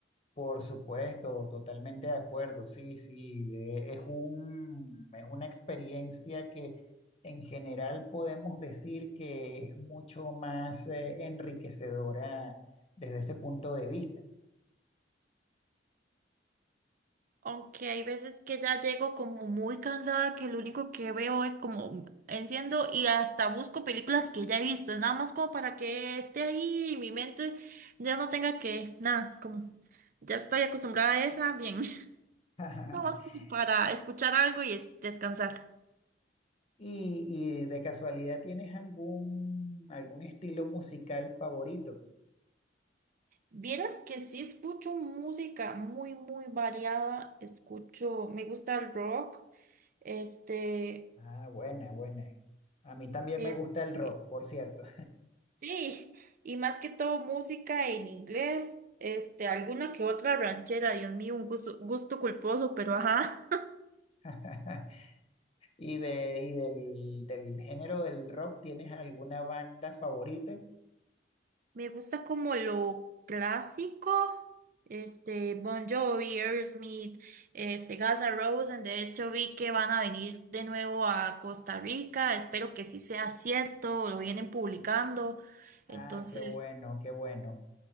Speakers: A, on the left; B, on the right.
A: Por supuesto, totalmente de acuerdo, sí, sí, eh, es un, es una experiencia que en general podemos decir que es mucho más eh, enriquecedora desde ese punto de vista.
B: Aunque hay veces que ya llego como muy cansada, que lo único que veo es como enciendo y hasta busco películas que ya he visto. Es nada más como para que esté ahí y mi mente ya no tenga que, nada, como ya estoy acostumbrada a esa, bien. <laughs>
A: <laughs>
B: Nada más como para escuchar algo y es- descansar.
A: ¿Y, y de casualidad tienes algún, algún estilo musical favorito?
B: Vieras que sí escucho música muy, muy variada. Escucho, me gusta el rock, este,
A: Ah, buena, buena. A mí también
B: este.
A: me gusta el rock, por cierto.
B: Sí, y más que todo música en inglés, este, alguna que otra ranchera, Dios mío, un gusto, gusto culposo, pero ajá.
A: <laughs> ¿Y, de, y del, del género del rock tienes alguna banda favorita?
B: Me gusta como lo clásico, este, Bon Jovi, Aerosmith, este, Guns N' Roses, de hecho vi que van a venir de nuevo a Costa Rica, espero que sí sea cierto, lo vienen publicando,
A: Ah,
B: entonces...
A: qué bueno, qué bueno.